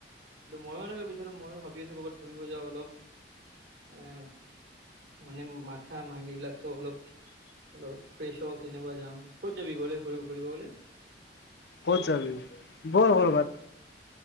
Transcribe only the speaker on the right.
ত' ময়ো এনেকে বিচাৰো ময়ো ভাবি আছো ক'ৰবাত ঘুৰিব যাওঁ অলপ। এহ! মানে মাথা মাইন বিলাক চ'ব অলপ- হেল্লৌ! ফ্ৰেছ হও তেনেকুৱা যাওঁ ক'ত যাবি গ'লে ঘূৰি ঘূৰিব গ'লে?